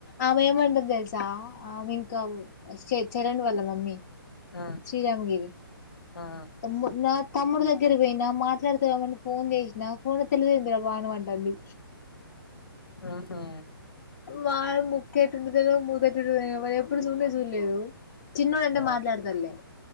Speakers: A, on the left (about 40°); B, on the left (about 75°).
A: ఆమె ఏమంటది తెలుసా ఆమె ఇంకా చరణ్ వాళ్ల మమ్మీ
B: ఆ
A: శ్రీరామగిరి
B: ఆ
A: తమ్ నా తమ్ముడు దగ్గర పోయినా మాట్లాడతవేమోనని ఫోన్ చేసినా ఫోన్ ఎత్తలేదేందిరా బా నువ్వు అంటంది
B: ఆహా
A: మా ముక్కే <unintelligible> మొదటోడు ఎప్పుడు చూనే చూడలేదు చిన్నోడు అంటే
B: ఆ
A: మాట్లాడతాడులే